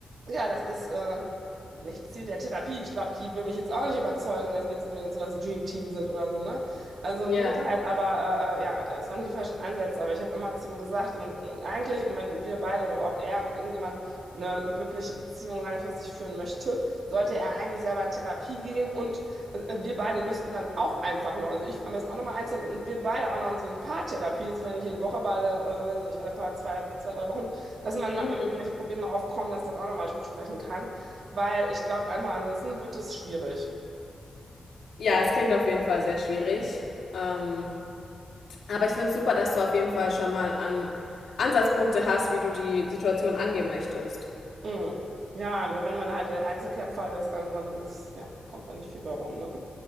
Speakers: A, on the right; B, on the left.
A: ja, das ist äh, nicht Ziel der Therapie. Ich glaube, die will mich jetzt auch nicht überzeugen, dass wir jetzt unbedingt so das Dream Team sind oder so, ne? Also im
B: ja,
A: Gegenteil, aber äh, äh, ja, das waren die falschen Ansätze. Aber ich habe immer zu ihm gesagt, im, eigentlich, und wenn wir beide oder überhaupt er mit irgendjemandem eine glückliche Beziehung langfristig führen möchte, sollte er eigentlich selber in Therapie gehen und äh, Wir beide müssten dann auch einfach noch, also ich am besten auch nochmal einzeln und wir beide auch noch in so eine Paartherapie, ist vielleicht nicht jede Woche, aber alle, äh, weiß ich nicht, alle paar, zwei, zwei, drei Wochen, dass man, wenn
B: mhm.
A: irgendwelche Probleme aufkommen, das dann auch nochmal besprechen kann, weil ich glaube einfach, ansonsten wird es schwierig.
B: Ja, es klingt auf jeden Fall sehr schwierig. Ähm, aber ich finde es super, dass du auf jeden Fall schon mal an Ansatzpunkte hast, wie du die Situation angehen möchtest.
A: Mm. Ja, nur wenn man halt der Einzelkämpfer ist, dann dann ist, ja, kommt da nicht viel bei rum, ne?